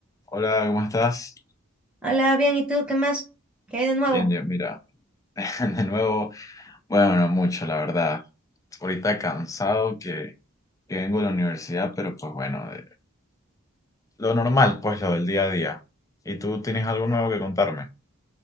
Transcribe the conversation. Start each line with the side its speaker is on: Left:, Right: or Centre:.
Left: Hola, ¿cómo estás?
Centre: Hola, bien, ¿y tú qué más? ¿Qué hay de nuevo?
Left: Bien, bien, mira, <laughs> de nuevo, bueno, no mucho, la verdad. Ahorita cansado que, que vengo de la universidad, pero pues bueno, de- lo normal, pues lo del día a día. ¿Y tú tienes algo nuevo que contarme?